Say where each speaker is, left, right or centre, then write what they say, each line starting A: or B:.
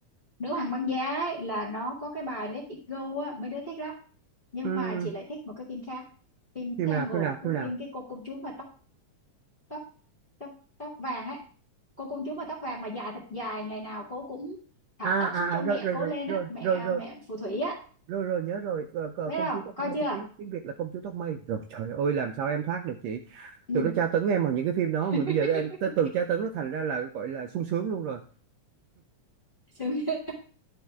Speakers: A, on the left (about 25°); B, on the right (about 80°).
A: nữ hoàng băng giá ấy, là nó có cái bài Let It Go á mấy đứa thích lắm nhưng
B: Ừm,
A: mà chị lại thích một cái phim khác phim
B: phim
A: Tangle
B: nào phim nào
A: cái
B: phim nào
A: phim cái cô công chúa mà tóc tóc tóc tóc vàng ấy cô công chúa mà tóc vàng mà dài thật dài ngày nào cô cũng thả
B: à
A: tóc
B: à
A: xuống cho
B: à
A: mẹ
B: rồi rồi
A: cô
B: rồi
A: lên
B: rồi
A: á mẹ
B: rồi
A: à,
B: rồi
A: mẹ phù thủy á
B: rồi rồi nhớ rồi Ờ, ờ,
A: biết
B: công
A: không
B: chúa tóc
A: coi
B: mây
A: chưa
B: cái tiếng tiếng Việt là công chúa tóc mây rồi trời ơi làm sao em thoát được chị
A: ừ
B: tụi nó tra tấn em bằng những cái phim đó
A: <laughs>
B: mà bây giờ em tới từ tra tấn nó thành ra là gọi là sung sướng luôn rồi
A: sướng chưa?